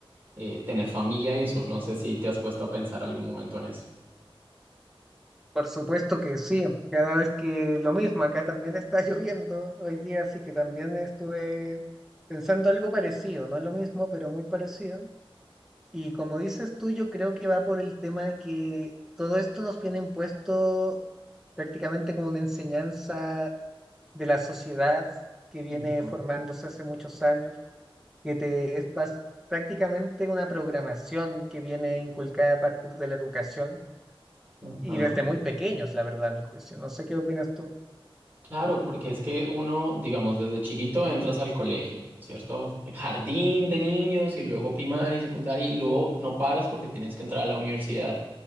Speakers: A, on the right; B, in the centre.
A: eh, tener familia y eso. No sé si te has puesto a pensar algún momento en eso.
B: Por supuesto que sí, cada vez que lo mismo, acá también está <laughs> lloviendo hoy día, así que también estuve pensando algo parecido, no lo mismo, pero muy parecido. Y como dices tú, yo creo que va por el tema de que todo esto nos viene impuesto prácticamente como una enseñanza de la sociedad que viene
A: Ujú.
B: formándose hace muchos años. que te es pas- prácticamente una programación que viene inculcada a partir de la educación
A: Ujú.
B: y desde muy pequeños, la verdad, a mi juicio. No sé qué opinas tú.
A: Claro, porque es que uno, digamos, desde chiquito entras al colegio, ¿cierto? Jardín de niños y luego primaria y secundaria y luego no paras porque tienes que entrar a la universidad